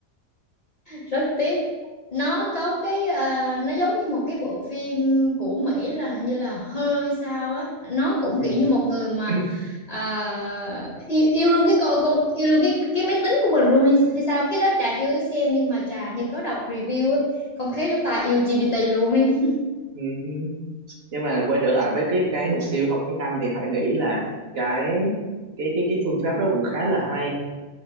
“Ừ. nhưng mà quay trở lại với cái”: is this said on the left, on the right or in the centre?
Right